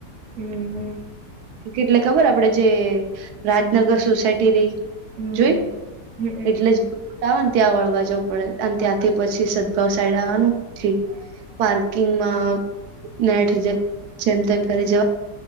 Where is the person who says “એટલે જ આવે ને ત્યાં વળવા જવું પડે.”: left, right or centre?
Right